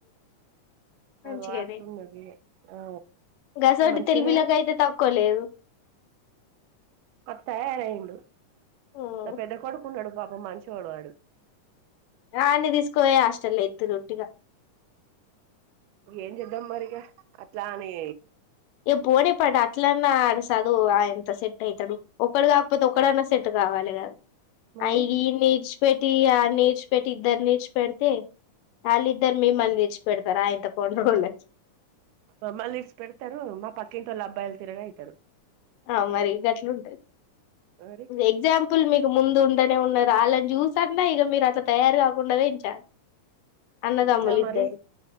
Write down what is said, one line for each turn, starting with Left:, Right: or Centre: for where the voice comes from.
Left: మంచిగానే
Right: అగో ఆట్లున్నది అ
Left: గసోటి
Right: మంచిగానే
Left: తెలివిలకు అయితే తక్కువ లేదు
Right: అటా తయారయ్యిండు
Left: ఉమ్.
Right: నా పెద్ద కొడుకు ఉన్నాడు పాపం మంచివొడు వాడు
Left: వాన్ని తీసుకోపొయి హాస్టల్ల ఎత్తిరి ఉట్టిగ
Right: ఏం చేద్దాం మరి ఇగా అట్లా అనే
Left: ఇగ పోనియ్ పట్టు అట్లన్నా ఆడు చదువు అయింత సెట్ అయితడు ఒకడుగాక పోతే ఒకడన్నా సెట్ కావాలి కదా
Right: మరి
Left: ఐ ఈ మేజ్ వాన్ని ఇడ్చి పెట్టి విన్ని ఇడ్చి పెట్టి ఇద్దర్ని ఇడ్చి పెడితే వాళ్ళింద్దరినీ మిమ్మల్ని ఇడ్చి పెడతారా ఆ ఇంత కొన్ని రోజులకి
Right: మమ్మల్ని ఇడిచి పెడతారు మా పక్కింటి వొళ్ళ అబ్బాయిలు తీరుగా అయితరు
Left: ఆ మరి గట్ల ఉంటది
Right: మరి
Left: ఎగ్జాంపుల్ చెప్పుల్లి మీకు ముందు ఉండనే ఉన్నారు వాళ్ళని చూసన్నా ఇక మీరు అట్లా తయారు కాకుండా పెంచాలి అన్నదమ్ములు
Right: ఎట్లా
Left: ఇద్దరు
Right: మరి